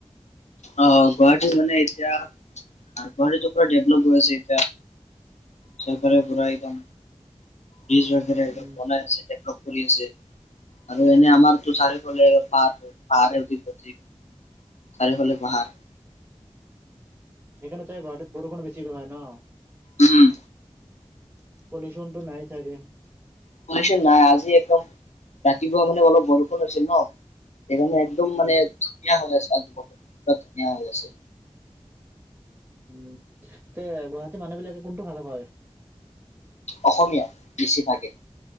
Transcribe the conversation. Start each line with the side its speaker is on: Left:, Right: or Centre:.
Left: অ' গুৱাহাটীত মানে এতিয়া গুৱাহাটীতটো পুৰা ডেভলপ হৈ আছে এতিয়া চৰকাৰে পুৰা একদম বজ <unintelligible> ৰাখেৰে
Right: উম
Left: এক বনাই আছে ডেভলপ কৰি আছে আৰু এনে আমাৰতো চাৰিওফালে পাহাৰ পাহাৰ <unintelligible> চাৰিওফালে পাহাৰ
Right: সেইকাৰণে চাগে গুৱাহাটীত বৰষুণো বেছিকৈ হয় ন
Left: উম
Right: পলিউশনটো নাই ছাগে
Left: পল্লিউচন নাই আজি একদম ৰাতিপুৱা মানে অলপ বৰষুণ আছিল ন সেইকাৰণে একদম
Right: উম,
Left: মানে
Right: হম
Left: ধুনীয়া হৈ আছেআজি ধুনীয়া হৈ আছে
Right: উম গুৱাহাটী মানুহ বিলাকে কোনটো ভাষা কয়
Left: অসমীয়া বেছিভাগেই